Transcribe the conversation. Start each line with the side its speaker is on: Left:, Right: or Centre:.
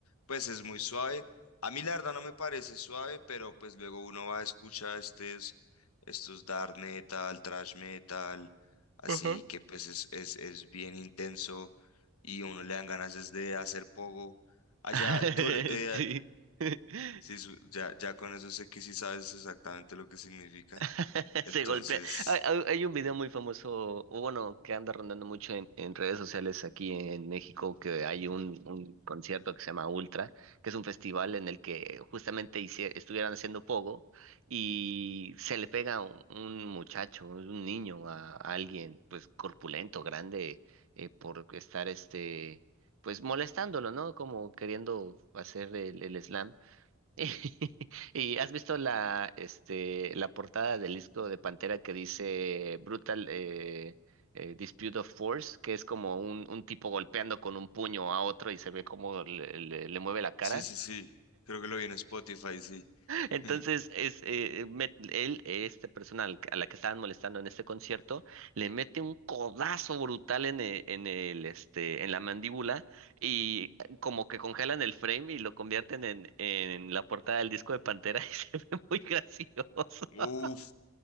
Left: pues es muy suave. A mí la verdad no me parece suave, pero pues luego uno va a escuchar estos, estos dark metal, thrash metal, así
Right: Ajá.
Left: que pues es, es, es bien intenso y uno le dan ganas es de hacer pogo. Allá,
Right: <laughs>
Left: tú, eres- eh,
Right: Sí. <laughs>
Left: sí, su- ya, ya con eso sé que sí sabes exactamente lo que significa.
Right: <laughs>
Left: Entonces,
Right: Se golpea. Hay, hay- hay un video muy famoso, o bueno, que anda rondando mucho en, en redes sociales aquí en México, que hay un, un concierto que se llama Ultra, que es un festival en el que justamente hicie- estuvieran haciendo pogo y se le pega un, un muchacho, un niño a, a alguien, pues corpulento, grande, eh, por estar este, pues molestándolo, ¿no? Como queriendo hacer el, el slam. <laughs> ¿Y has visto la, este, la portada del disco de Pantera que dice Brutal eh, eh, Dispute of Force, que es como un, un tipo golpeando con un puño a otro y se ve cómo le, le- le mueve la cara?
Left: sí, sí, sí, creo que lo vi en Spotify, sí.
Right: Entonces,
Left: <laughs>
Right: es, eh, met- él, eh, esta persona al- a la que estaban molestando en este concierto, le mete un codazo brutal en el, en el, este, en la mandíbula y como que congelan el frame y lo convierten en, en la portada del disco de Pantera <laughs> y se ve muy gracioso.
Left: Uf.